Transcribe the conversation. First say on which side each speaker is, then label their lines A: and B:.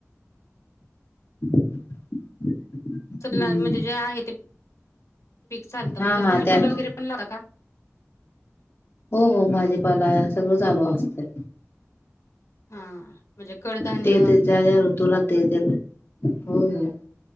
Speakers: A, on the left; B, on the left.
A: <unintelligible> हम्म
B: सगळा म्हणजे जे आहे ते पीक चालतं
A: हा
B: म्हणजे
A: हा
B: बारजीपाला
A: त्यात
B: वगैरे पण लावता का?
A: हो हो भाजीपाला सगळं चालू असतेय.
B: हा. म्हणजे कडधान्य
A: ते ते ज्या ज्या ऋतुला ते ते हो हो.